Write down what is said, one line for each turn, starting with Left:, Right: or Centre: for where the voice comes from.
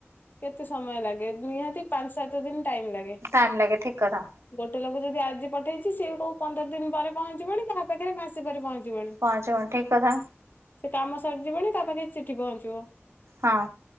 Left: କେତେ ସମୟ ଲାଗେ ନିହାତି ପାଞ୍ଚ ସାତ ଦିନ ଟାଇମ ଲାଗେ।
Right: ଟାଇମ ଲାଗେ ଠିକ କଥା
Left: ଗୋଟେ କଲେ ଯଦି ଆଜି ପଠେଇଛି ସିଏ କୋଉ ପନ୍ଦର ଦିନ ପରେ ପହଞ୍ଚିବନଣି କାହା ପାଖରେ ମାସେ ସେ ପହଞ୍ଚିବନି
Right: ପହଞ୍ଚିବନି ଠିକ କଥା
Left: ସେ କାମ ସରିଯିବଣି ତା ପାଖରେ ଚିଠି ପହଞ୍ଚିବ।
Right: ହଁ।